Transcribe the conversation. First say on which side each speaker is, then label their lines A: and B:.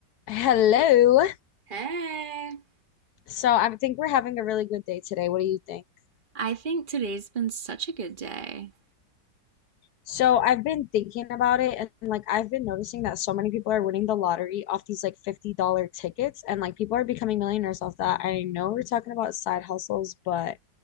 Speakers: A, on the left; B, on the right.
A: Hello.
B: Hey.
A: So I think we're having a really good day today. What do you think?
B: I think today's been such a good day.
A: So I've been thinking about it and like I've been noticing that so many people are winning the lottery off these like $50 tickets and like people are becoming millionaires off that. I know we're talking about side hustles, but